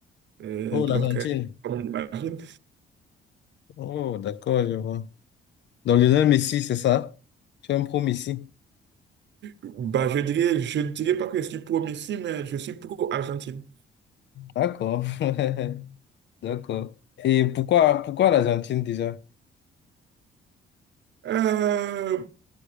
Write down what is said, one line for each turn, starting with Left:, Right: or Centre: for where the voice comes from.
Right: Euh,
Left: Oh,
Right: donc,
Left: l'Argentine.
Right: euh, comme on l'imagine,
Left: Oh, d'accord, je vois. Dans le nom Messi, c'est ça? Tu es un pro Messi.
Right: bah, je dirais, je dirais pas que je suis pro Messi, mais je suis pro Argentine.
Left: D'accord. <laughs> D'accord. Et pourquoi, pourquoi l'Argentine déjà?
Right: Euh,